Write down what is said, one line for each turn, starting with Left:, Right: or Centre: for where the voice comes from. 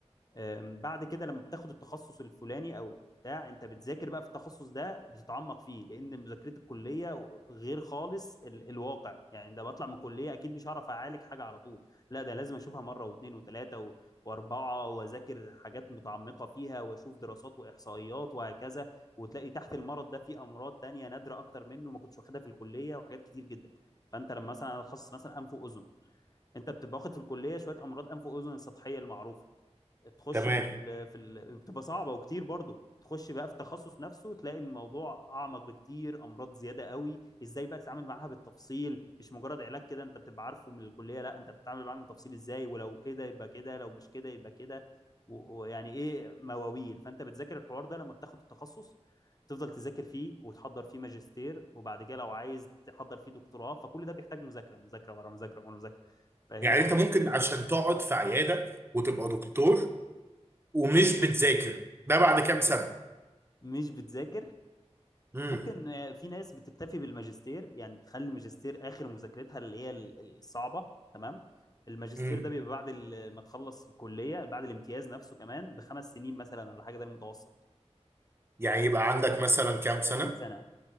Left: آم، بعد كده لما بتاخد التخصص الفلاني او بتاع انت بتذاكر بقى في التخصص ده بتتعمق فيه لان مذاكره الكليه غير خالص ال الواقع يعني ده بطلع من الكليه اكيد مش هعرف اعالج حاجه على طول لا ده لازم اشوفها مره واثنين وثلاثه و- واربعه واذاكر حاجات متعمقه فيها واشوف دراسات واحصائيات وهكذا وتلاقي تحت المرض ده في امراض تانية نادره اكتر منه ما كنتش واخدها في الكليه وحاجات كتير جدا فانت لما مثلا اتخصص مثلا انف واذن انت بتبقى واخد في الكليه شويه امراض انف واذن السطحيه المعروفه تخش
Right: تمام
Left: في ال في ال بتبقى صعبه وكتير برضو تخش بقى في التخصص نفسه تلاقي الموضوع اعمق بكتير امراض زياده قوي ازاي بقى تتعامل معاها بالتفصيل مش مجرد علاج كده انت بتبقى عارفه من الكليه لا انت بتتعامل معاها بالتفصيل ازاي ولو كده يبقى كده لو مش كده يبقى كده و- ويعني ايه مواويل فانت بتذاكر الحوار ده لما بتاخد التخصص تفضل تذاكر فيه وتحضر فيه ماجستير وبعد كده لو عايز تحضر فيه دكتوراه فكل ده بيحتاج مذاكره مذاكره ورا مذاكره ورا مذاكره فاهم
Right: يعني انت ممكن عشان تقعد في عياده وتبقى دكتور ومش بتذاكر ده بعد كام سنه
Left: مش بتذاكر
Right: امم
Left: ممكن آه، في ناس بتكتفي بالماجستير يعني تخلي الماجستير اخر مذاكرتها اللي هي ال- الصعبه تمام الماجستير
Right: امم
Left: ده بيبقى بعد ال- ما تخلص الكليه بعد الامتياز نفسه كمان بخمس سنين مثلا ولا حاجه ده المتوسط
Right: يعني يبقى عندك مثلا كام
Left: 30
Right: سنه
Left: سنه